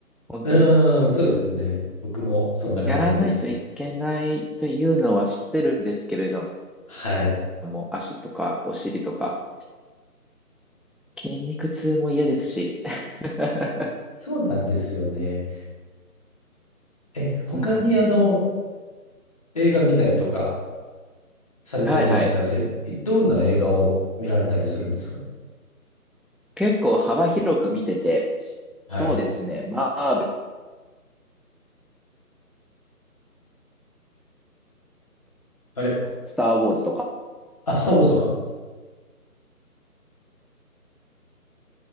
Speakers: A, in the centre; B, on the left.
A: 本当に。
B: う、うーん、そうですね。僕もそんな感じです。
A: やらないといけないというのは知ってるんですけれど
B: はい。
A: も、足とかお尻とか、筋肉痛も嫌ですし。<laughs>
B: そうなんですよね。え、他にあの、
A: うんうんうんうん。
B: 映画見たりとかされてるって言ったんですけど、
A: はいはい。
B: えどんな映画を見られたりするんですか
A: 結構幅広く見てて、そうですね。
B: はい。
A: マーベル、
B: あれ
A: スター・ウォーズとか、
B: あ、スター・ウォーズとか。